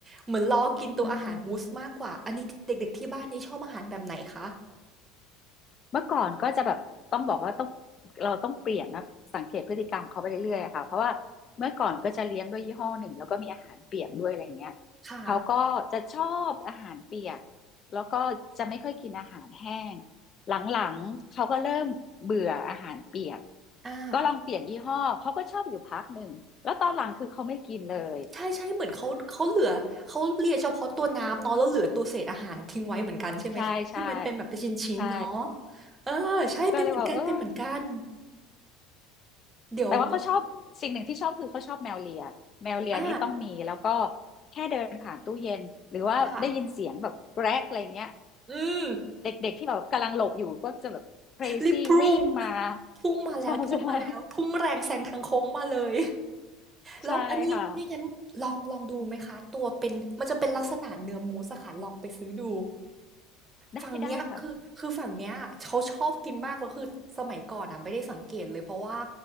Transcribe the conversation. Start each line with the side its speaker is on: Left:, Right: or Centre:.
Right: เหมือนรอกินตัวอาหารมูสมากกว่าอันนี้เด็กๆที่บ้านนี้ชอบอาหารแบบไหนคะ
Left: อืมเมื่อก่อนก็จะแบบต้องบอกว่าต้องเราต้องเปลี่ยนนะ สังเกตพฤติกรรมเขาไปเรื่อยๆอะค่ะเพราะว่าเมื่อก่อนก็จะเลี้ยงด้วยยี่ห้อหนึ่งแล้วก็มีอาหารเปียกด้วยอะไรเงี้ย
Right: ค่ะ
Left: เขาก็จะชอบอาหารเปียกแล้วก็จะไม่ค่อยกินอาหารแห้งหลังๆเขาก็เริ่มเบื่ออาหารเปียก
Right: อ่า
Left: ก็ลองเปลี่ยนยี่ห้อเขาก็ชอบอยู่พักหนึ่ง แล้วตอนหลังคือเขาไม่กินเลย
Right: ใช่ใช่เหมือนเขาเขาเหลือเขาเลียเฉพาะตัวน้ำเนาะแล้วเหลือตัวเศษอาหารทิ้งไว้เหมือนกันใช่ไหมคะที่มันเป็นแบบเป็นชิ้นๆเนาะ
Left: ใช่ใช่ใช่
Right: เออใช่เป็นเหมือนกันเป็นเหมือนกัน
Left: ก็เลยว่าเออ
Right: เดี๋ยว
Left: แต่ว่าเขาชอบสิ่งหนึ่งที่ชอบคือเขาชอบแมวเลียแมวเลียนี่ต้องมีแล้วก็
Right: อ่า
Left: แค่เดินผ่านตู้เย็นหรือว่าได้ยินเสียงแบบแกรกอะไรเงี้ย
Right: ค่ะอืม
Left: เด็กๆที่แบบกำลังหลบอยู่ก็จะแบบ crazy
Right: รีบพุ่ง
Left: วิ่งมา
Right: พุ่งมาแล้วพุ่งมาแล้วพุ่งแรงแซงทางโค้งมาเลย
Left: ใช่ใช่
Right: แล้วอันนี้ไม่งั้นลองลองดูไหมคะตัวเป็นมันจะเป็นลักษณะเนื้อมูสอะค่ะลองไปซื้อดู
Left: ใช่ค่ะได้ได้ค่ะ
Right: ฝั่งเนี้ยคือคือฝั่งเนี้ยเขาชอบกินมากแล้วคือสมัยก่อนอ่ะไม่ได้สังเกตเลยเพราะว่า